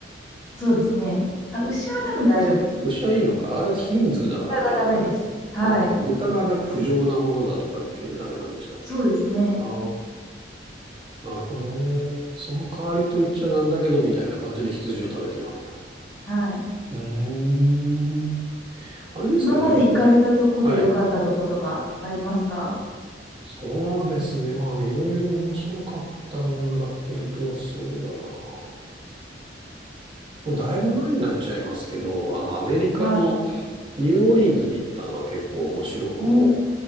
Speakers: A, on the left; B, on the right.
A: <laughs> そうですね。あ、牛は多分大丈夫です。
B: 牛はいいのかあれはヒンズーだからダメなのかよ。
A: 豚がダメです。はい。
B: あ、豚がなんか不浄なものだとか言ってダメなんでしたっけ
A: そうですね。
B: ああ、なるほどね。その代わりと言っちゃなんだけど、みたいな感じで羊を食べてるわけだ。
A: はい。
B: うーん。あれですかね。
A: 今まで行かれたとこで良かったとことかありますか
B: う、はい。そうですね。まあ、いろいろ面白かったんだけど、そうだな。もうだいぶ前になっちゃいますけど、あの、アメリカの
A: はい。
B: ニューオリンズに行ったのは結構面白くも
A: お